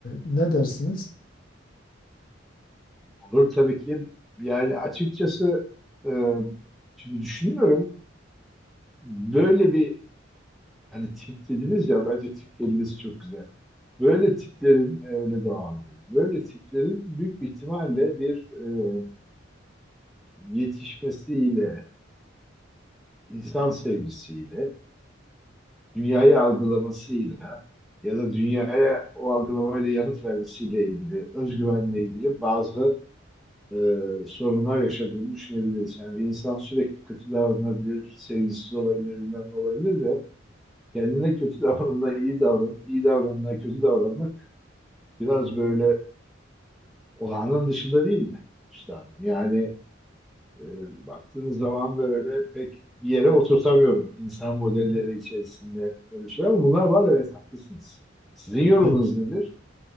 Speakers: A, on the left; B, in the centre.
A: ne dersiniz?
B: Olur tabii ki. Yani açıkçası e, şimdi düşünüyorum böyle bir hani tip dediniz ya bence tip kelimesi çok güzel. Böyle tiplerin e, öyle devam edelim. Böyle tiplerin büyük bir ihtimalle bir e, yetişmesiyle, insan sevgisiyle, dünyayı algılamasıyla ya da dünyaya o algılamayla yanıt vermesiyle ilgili, özgüvenle ilgili bazı e, sorunlar yaşadığını düşünebiliriz. Yani bir insan sürekli kötü davranabilir, sevgisiz olabilir, bilmem ne olabilir ve kendine kötü <laughs> davranma, iyi davran, iyi davranma, kötü davranmak biraz böyle olağanın dışında değil mi üstadım? Yani e, baktığınız zaman böyle pek bir yere oturtamıyorum insan modelleri
A: Evet.
B: içerisinde böyle şey ama bunlar var evet haklısınız. Sizin yorumunuz
A: Evet.
B: nedir?